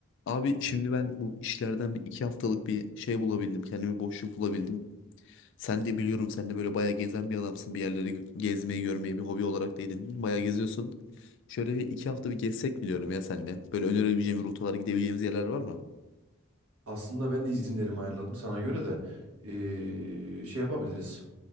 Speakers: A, on the left (about 55°); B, on the right (about 80°).
A: Abi şimdi ben bu işlerden bir iki haftalık bir şey bulabildim. Kendime boşluk bulabildim. Sen de biliyorum sen de böyle bayağı gezen bir adamsın. Bir yerleri gü- gezmeyi görmeyi bir hobi olarak da edindin. Bayağı geziyorsun. Şöyle bir iki hafta bir gezsek mi diyorum ya senle. Böyle önerebileceğim rotalar gidebileceğimiz yerler var mı?
B: Aslında ben de izinlerimi ayarladım sana göre de eee, şey yapabiliriz.